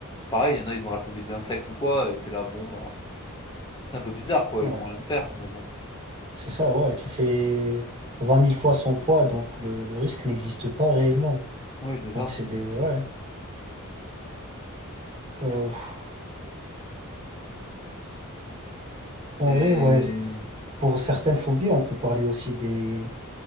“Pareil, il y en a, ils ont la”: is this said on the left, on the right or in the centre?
Left